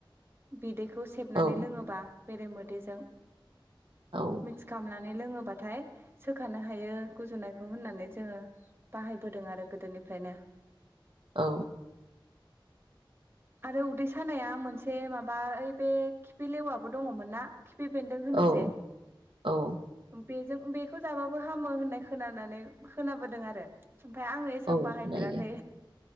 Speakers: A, on the right (about 25°); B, on the right (about 75°).
A: बिदैखौ सेबनानै
B: औ
A: लोङोबा बेरेमोदैजों।
B: औ
A: मिक्स खालामनानै लोङोब्ला बाथाय सो होखानो हायो गुजुनायखौ होननानै जोङो बाहायबोदों आरो गोदोनिफ्रायनो।
B: औ।
A: आरो उदै सानाया मोनसे माबा ओइ बे खिफ लेवाबो दङमोन ना? खिफि बेन्दों होनो
B: औ
A: जे
B: औ
A: बेजों बे थोजाबाबो हामो होननाय खोनानानै खोनाबोदों आरो। ओमफफ्राय आङो एसेबां
B: औ
A: बाहायफेराखै
B: खोनायो